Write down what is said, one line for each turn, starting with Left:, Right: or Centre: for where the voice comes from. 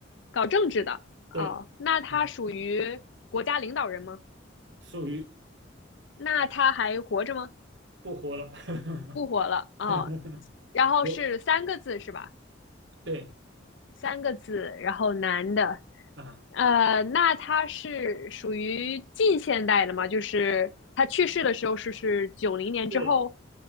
Left: 搞政治的哦。
Right: 对，
Left: 那他属于国家领导人吗？
Right: 啊，属于
Left: 那他还活着吗？
Right: 不活了，
Left: 不活了哦。
Right: <laughs>
Left: 然后是三个字是吧？
Right: 我，对，
Left: 三个字，然后男的，
Right: 啊，
Left: 呃，那他是属于近现代的吗？就是他去世的时候是是九零年之后
Right: 对，